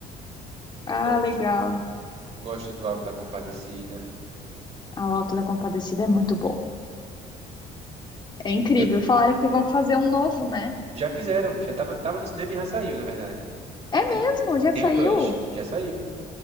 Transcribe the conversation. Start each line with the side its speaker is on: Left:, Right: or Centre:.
Left: Ah,
Right: gosto,
Left: legal.
Right: gosto do Alto da Compadecida.
Left: A O Auto da Compadecida é muito bom. É incrível.
Right: Eu-
Left: Falaram que vão fazer um novo, né?
Right: já fizeram, já tava, tava no cinema e já saiu, na verdade.
Left: É
Right: Tem
Left: mesmo? Já
Right: tem
Left: saiu?
Right: o dois, já saiu.